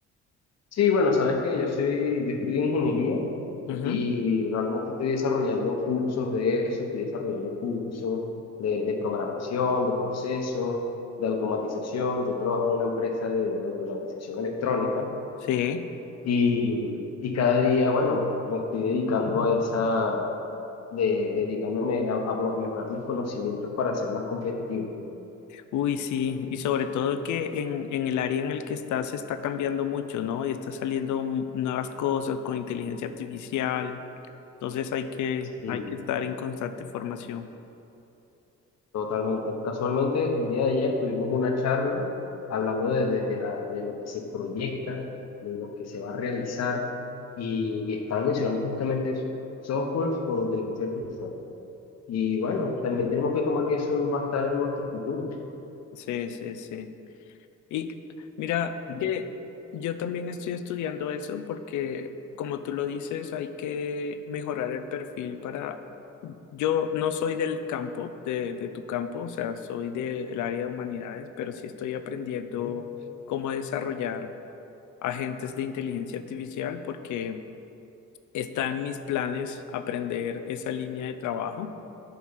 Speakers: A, on the left; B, on the left.
A: sí, bueno, sabes que yo soy, yo estudio ingeniería
B: Ujú.
A: y realmente estoy desarrollando cursos de eso, estoy desarrollando cursos de, de programación, de procesos, de automatización. Yo trabajo en una empresa de de automatización electrónica.
B: Sí,
A: Y, y cada día, bueno, me estoy dedicando a esa, de, dedicándome a, a mejorar mis conocimientos para ser más competitivo.
B: uy, sí, y sobre todo que en, en el área en el que estás se está cambiando mucho, ¿no? Y está saliendo m- nuevas cosas con inteligencia artificial, entonces hay que,
A: Y
B: hay que estar en constante formación.
A: totalmente. Casualmente, el día de ayer tuvimos una charla hablando de, de, de la, de lo que se proyecta, de lo que se va a realizar, y, y estaban mencionando justamente eso, software con inteligencia artificial. Y bueno, también tenemos que tomar que eso va a estar en nuestro futuro.
B: Sí, sí, sí. Y mira
A: Sí,
B: que yo también estoy estudiando eso porque, como tú lo dices, hay que mejorar el perfil para... Yo no soy del campo, de, de tu campo, o sea, soy del área de humanidades, pero sí estoy aprendiendo
A: sí,
B: cómo desarrollar agentes de inteligencia artificial porque está en mis planes aprender esa línea de trabajo.